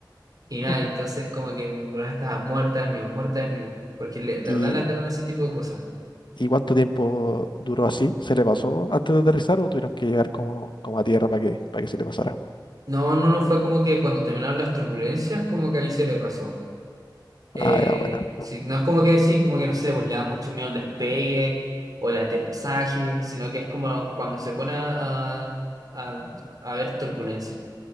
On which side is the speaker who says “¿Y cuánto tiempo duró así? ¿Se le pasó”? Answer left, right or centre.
Left